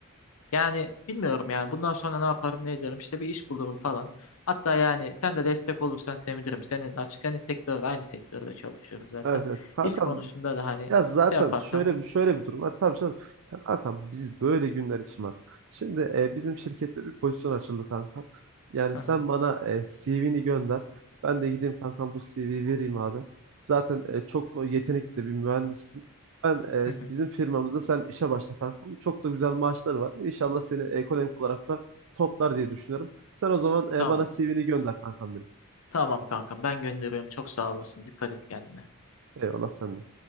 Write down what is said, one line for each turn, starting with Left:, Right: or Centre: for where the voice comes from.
Left: Yani bilmiyorum yani bundan sonra ne yaparım ne ederim işte bir iş bulurum falan. Hatta yani sen de destek olursan sevinirim. Senin açık senin sektörde aynı sektörde çalışıyoruz zaten.
Right: Evet evet. Kankam
Left: İş konusunda
Right: biz-
Left: da hani
Right: ya zaten
Left: şey yaparsan.
Right: şöyle bir şöyle bir durum var. Tabii canım. Ya kankam biz böyle günler için var. Şimdi e, bizim şirkette bir pozisyon açıldı kankam. Yani
Left: <laughs> Hı
Right: sen
Left: hı,
Right: bana e, CV'ni gönder. Ben de gideyim kankam bu CV'yi vereyim abi. Zaten e, çok yetenekli bir mühendissin. Ben e,
Left: hı hı.
Right: bizim firmamızda sen işe başla kankam. Çok da güzel maaşları var. İnşallah seni ekonomik olarak da toplar diye düşünüyorum. Sen o zaman e,
Left: Tamam.
Right: bana CV'ni gönder kankam benim.
Left: Tamam kankam ben gönderiyorum. Çok sağ olasın. Dikkat et kendine.
Right: Eyvallah senden.